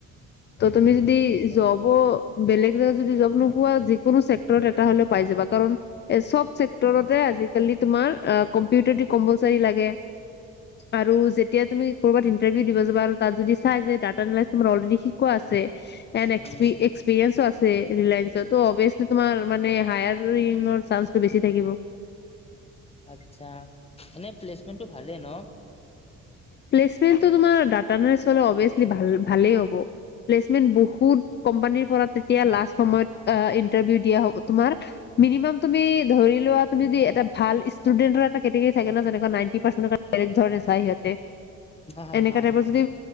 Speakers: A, on the left; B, on the left.
A: ত' তুমি যদি
B: আচ্ছা
A: জবো বেলেগ জেগা যদি জব নোপোৱা, যিকোনো চেক্টৰত এটা হ'লেও পাই যাবা। কাৰণ এ চব চেক্টৰতে আ আজি-কালি তোমাৰ কম্পিউটাৰ কম্পলচাৰি লাগে। আৰু যেতিয়া তুমি ক'ৰবাত ইণ্টাৰভিউ দিব যাবা আৰু তাত যদি চাই যে ডাটা এনালাইছ তমাৰ অলৰেদী শিক কোৱা আছে। এণ্ড এক্স
B: উম
A: এক্সপিৰিয়েন্স ও আছে। ৰিলায়েন্সটো অবিয়েছলি তোমাৰ মানে হায়াৰ <unintelligible> চাঞ্চটো বেছি থাকিব।
B: আচ্ছা এনে প্লেচমেন্টটো ভালেই ন?
A: প্লেচমেন্টটো তোমাৰ ডাটা এনালাইছ হলে অবিয়েচলি ভাল ভালেই হ'ব। প্লেচমেন বহুত কোম্পানীৰ পৰা তেতিয়া লাষ্ট সময়ত অ ইন্টাৰভিউ দিয়া হব। তোমাৰ মিনিমাম তুমি ধৰি লোৱা, তুমি যদি এটা ভাল ষ্টুডেণ্টৰ এটা কেটেগৰী থাকে ন। যেনেকুৱা নাইনটি পাৰ্চেট এটা বেলেগ ধৰণে চায় সিঁহতে। এনেকা
B: হা হা হা
A: টাইপৰ
B: হা
A: যদি